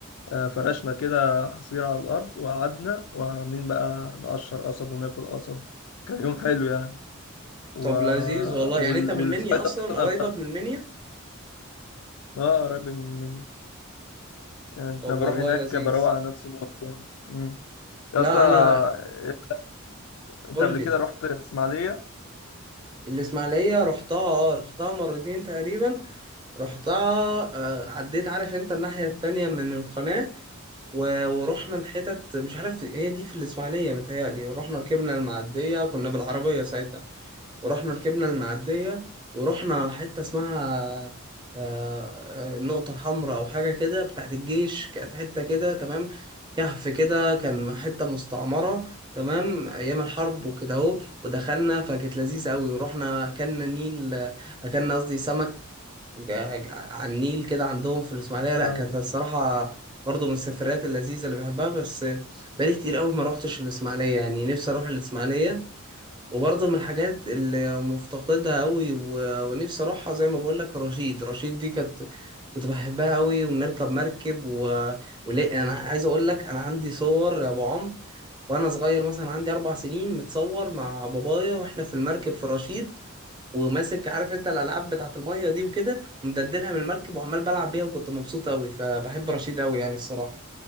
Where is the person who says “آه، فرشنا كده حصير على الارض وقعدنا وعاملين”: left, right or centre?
Left